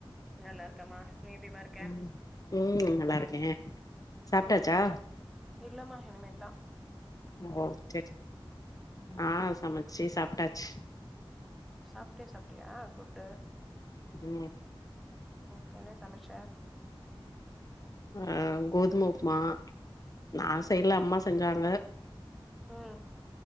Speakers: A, in the centre; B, on the left.
A: நல்லாருக்கம்மா நீ எப்டிம்மா இருக்கே
B: ம் ம் நல்லா இருக்கே சாப்ட்டாச்சா
A: ம் ச இல்லம்மா இனிமேட் தா
B: ஓ சேர் ஆ சமைச்சி சாப்ட்டாச்சு
A: சாப்ட்டே சாப்ட்டியா குட்டு
B: ம்
A: இப்ப என்ன சமச்ச
B: அ கோதும உப்புமா நா செய்ல அம்மா செஞ்சாங்க
A: ம்